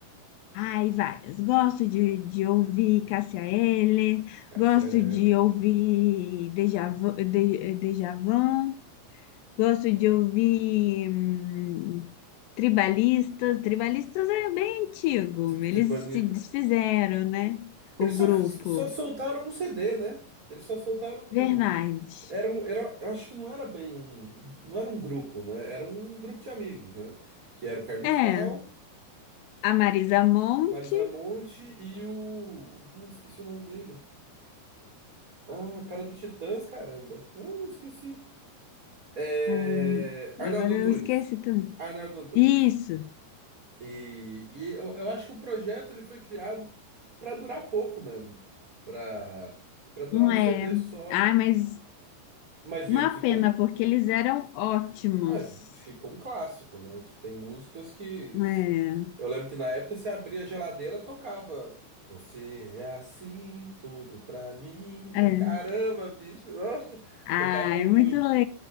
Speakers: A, on the left; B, on the right.
A: Ai, várias. Gosto de, de ouvir Cássia Eller,
B: Cássia
A: gosto
B: Eller.
A: de ouvir Djavan, Gosto de ouvir hum, tribalistas. Tribalistas é bem antigo.
B: Tipo,
A: Eles
B: tipo, ani-
A: se desfizeram, né?
B: eles
A: O grupo.
B: só, só soltaram um CD, né? Eles só soltaram
A: Verdade.
B: um... Era um, era, eu acho que não era bem um... Não era um grupo, né? Era um grupo de amigos, né? Que era o Carlinhos
A: É,
B: Brown,
A: a Marisa Monte.
B: Marisa Monte e o... Ah, esqueci o nome dele. Ah, o cara do Titãs, caramba. Ah, eu esqueci. É,
A: o-
B: Arnaldo
A: Agora
B: Antunes.
A: eu esqueci também.
B: Arnaldo Antunes.
A: Isso.
B: E, e eu, eu acho que o projeto ele foi criado para durar pouco mesmo. Para para durar
A: Não
B: um
A: É.
B: CD só.
A: Ah, mas
B: Mas viu,
A: uma
B: ficou
A: pena,
B: um,
A: porque eles eram ótimos.
B: é, ficou um clássico, né? Tipo, tem músicas que.
A: É,
B: Eu lembro que na época você abria a geladeira, tocava. Você é assim, tudo pra mim.
A: é.
B: Caramba, bicho, <laughs> nossa,
A: Ah,
B: tocava
A: é
B: muito.
A: muito legal.